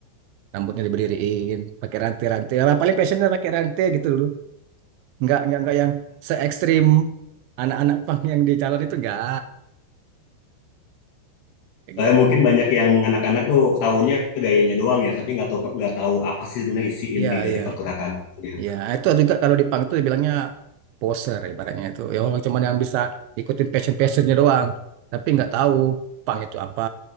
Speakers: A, on the right; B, on the left.
A: rambutnya diberdiriin pakai rantai-rantai lah paling passionnya pakai rantai gitu dulu nggak nggak nggak yang se ekstrim anak-anak pang yang di calon itu nggak kayak
B: Saya
A: gitu
B: mungkin banyak yang anak-anak tuh taunya gayanya doang ya, tapi nggak tahu nggak tahu apa sih sebenarnya isi
A: iya
B: inti dari
A: iya
B: pergerakan. itu ya.
A: iya Ah, itu juga kalau di pang itu dibilangnya poser ibaratnya itu ya orang cuman yang bisa ikutin passion passionnya doang tapi nggak tahu pang itu apa